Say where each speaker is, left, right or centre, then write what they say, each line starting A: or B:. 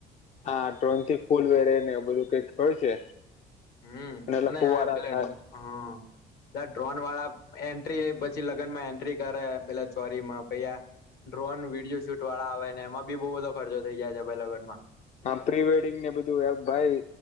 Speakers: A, on the left (about 45°); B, on the left (about 70°).
A: હા ટ્રોન થી ફૂલ વેરે ને એ બધું કઈક હોય છે.
B: હમ્મ
A: એટલે
B: અને
A: ફુવારા
B: પેલા
A: થાય
B: હ પેલા ડ્રોન વાળા એન્ટ્રી લ પછી લગ્નમાં એન્ટ્રી કરે પેલા ચોરીમાં પૈયા ડ્રોન વિડીયો શૂટ વાળા આવે એમાં બી બવ બધો ખર્ચો થઈ જાય છે ભાઈલગન માં.
A: આમ પ્રી વેડિંગ ને બધું ભાઈ